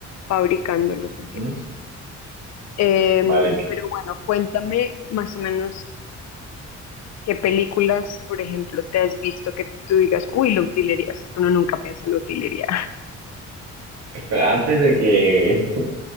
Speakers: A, on the left; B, on the right.
A: fabricando los
B: ujú.
A: objetos. Em,
B: Vale, que-
A: pero bueno, cuéntame más o menos qué películas, por ejemplo, te has visto que tú digas, uy, la utilería, es que uno nunca piensa en la utilería.
B: espera, antes de que <laughs>